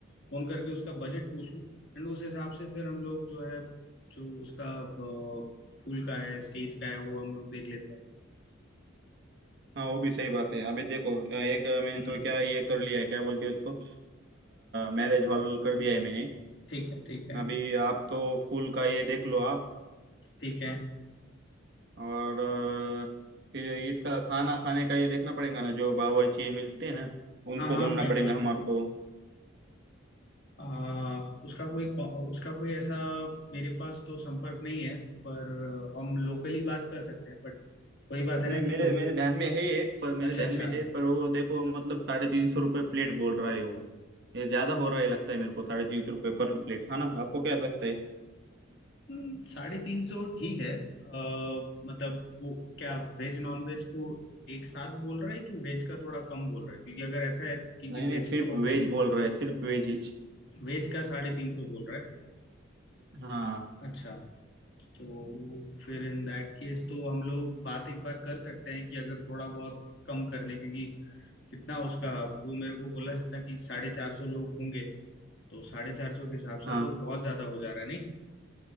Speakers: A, on the left; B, on the right.
A: फोन करके उसका बजट पूछ लूँ एंड उस हिसाब से फिर हम लोग जो है जो उसका अ, फूल का है स्टेज का है वो हम लोग देख लेते हैं
B: हाँ वो भी सही बात है अभी देखो एक मैंने
A: हम्म
B: तो क्या ये कर लिया है क्या बोलते हैं उसको मैरिज हॉल कर दिया है मैंने
A: ठीक है ठीक है
B: अभी आप तो फूल का ये देख लो आप
A: ठीक है
B: और अ, फिर इसका खाना खाने का ये देखना पड़ेगा ना जो बावर्ची मिलते हैं ना उनको
A: हाँ हाँ
B: ढूंढना
A: बिल्कुल
B: पड़ेगा हमारे को
A: आ, उसका कोई उसका कोई ऐसा मेरे पास तो संपर्क नहीं है पर हम लोकली बात कर सकते हैं बट वही बात है
B: नहीं
A: ना
B: मेरे
A: कि लोग
B: मेरे ध्यान में है एक पर मेरे
A: अच्छा
B: ध्यान
A: अच्छा
B: में है पर वो देखो मतलब साढ़े तीन सौ रुपये प्लेट बोल रहा है वो ये ज्यादा हो रहा है लगता है मेरे को साढ़े तीन सौ रुपये पर प्लेट है ना आपको क्या लगता है
A: हम्म, साढ़े तीन सौ ठीक है अ, मतलब वो क्या वेज नॉन वेज को एक साथ बोल रहा है कि वेज का थोड़ा कम बोल रहा है क्योंकि अगर ऐसा है क्योंकि
B: नहीं नहीं
A: वेज
B: सिर्फ
A: तो होंगे
B: वेज बोल रहा है सिर्फ वेज ही
A: वेज का साढ़े तीन सौ बोल रहा है
B: हाँ
A: अच्छा तो फिर इन दैट केस तो हम लोग बात एक बार कर सकते हैं कि अगर थोड़ा बहुत कम कर लें क्योंकि कितना उसका वो मेरे को बोला जितना कि साढ़े चार सौ लोग होंगे तो साढ़े चार सौ के हिसाब
B: हाँ
A: से तो बहुत ज्यादा हो जा रहा है नहीं